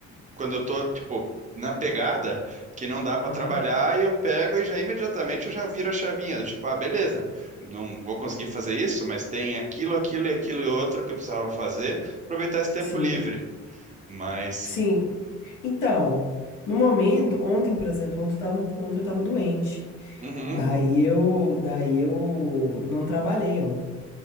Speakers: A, on the right; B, on the left.
A: quando eu tô tipo na pegada que não dá pra
B: Aham.
A: trabalhar e eu pego e já imediatamente eu já viro a chavinha do tipo, ah, beleza, não vou conseguir fazer isso, mas tem aquilo, aquilo e aquilo e outro que eu precisava fazer, aproveitar esse tempo
B: Sim,
A: livre. Mas
B: sim. Então, no momento, ontem, por exemplo, ontem eu tava, ontem eu tava doente.
A: uhum,
B: Daí eu, daí eu não trabalhei ontem.